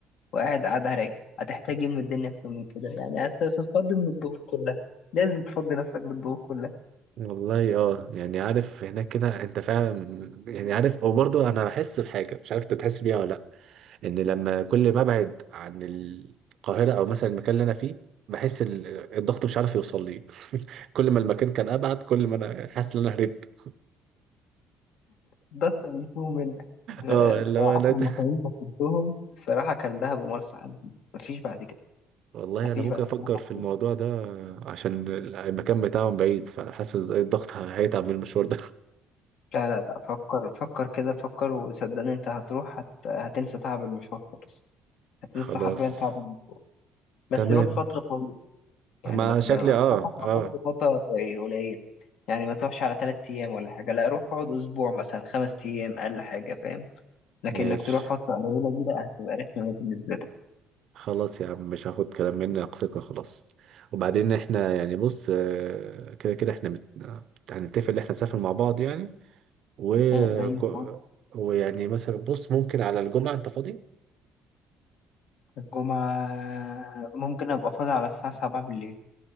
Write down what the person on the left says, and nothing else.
وقاعد قاعده رايقه هتحتاج ايه من الدنيا اكتر من كده يعني هت- هتتفضي من الضغوط كلها لازم تفضي نفسك بالضغوط كلها
الضغط بيسوء منك أنا
احلى
مكانين سافرتهم الصراحه كان دهب ومرسى علم مفيش بعد كده
مفيش
بعد
كده
لا لا لا فكر فكر كده فكر وصدقني انت هتروح هت... هتنسى تعب المشوار خالص هتنسى
حرفيا تعب الم- بس
روح فترة طويلة يعني
ما تبقى
انصحك
ما
تروحش فترة قليل قليل. يعني ما تروحش على تلات أيام ولا حاجة لا روح اقعد أسبوع مثلا خمس أيام أقل حاجة فاهم لكن
إنك تروح فترة قليلة دي لا هتبقى رخمة أوي بالنسبة لك
آه، زي
ما قلت،
الجمعة ممكن أبقى فاضي على الساعة سبعة بالليل